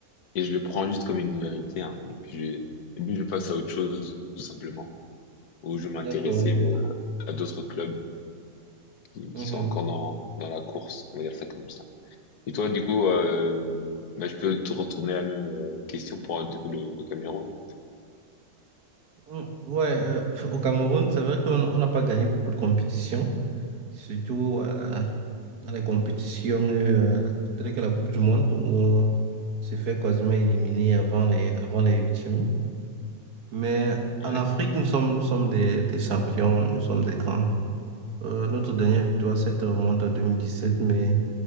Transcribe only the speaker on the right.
D'accord, je vois.
Mhm.
Mm, Ouais, euh, au Cameroun, c'est vrai qu'on on n'a pas gagné beaucoup de compétitions, surtout euh, dans les compétitions, euh, telles que la Coupe du Monde, où on se fait quasiment éliminer avant les, avant les huitièmes. Mais
en Afrique, nous sommes, nous sommes des, des champions, nous sommes des grands. Euh, notre dernière victoire, ça te remonte à 2017 mais